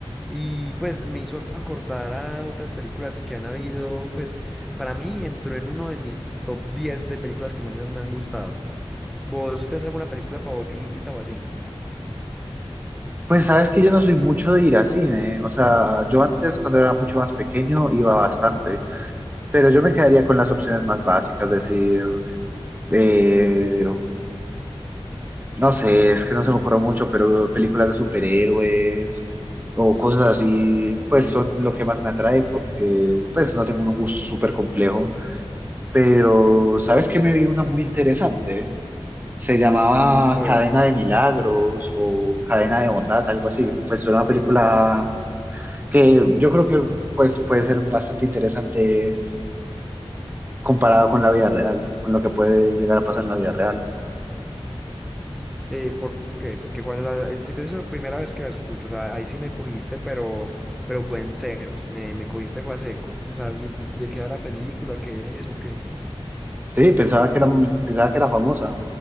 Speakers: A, in the centre; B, on the right (about 15°).
A: Y pues me hizo acordar a otras películas que han habido, pues para mí entró en uno de mis top 10 de películas que más me, me han gustado. ¿Vos tenés alguna película favorita o así?
B: Pues sabes que yo no soy mucho de ir a cine, o sea, yo antes cuando era mucho más pequeño iba bastante, pero yo me quedaría con las opciones más básicas, decir, eh, no sé, es que no se me ocurre mucho, pero películas de superhéroes o cosas así, pues son lo que más me atrae porque pues no tengo un gusto súper complejo, pero sabes que me vi una muy interesante. se llamaba
A: A ver,
B: Cadena de Milagros o Cadena de Bondad, algo así. Pues era una película que yo creo que pues, puede ser bastante interesante comparado con la vida real, con lo que puede llegar a pasar en la vida real.
A: Eh, ¿por qué? Porque cuando la, eh, si te digo, la primera vez que la escucho, o sea, ahí sí me cogiste, pero, pero fue en ceros, me, me cogiste fue a seco. O sea, ¿de de qué va la película? ¿Qué es o qué?
B: Sí, pensaba que era, pensaba que era famosa.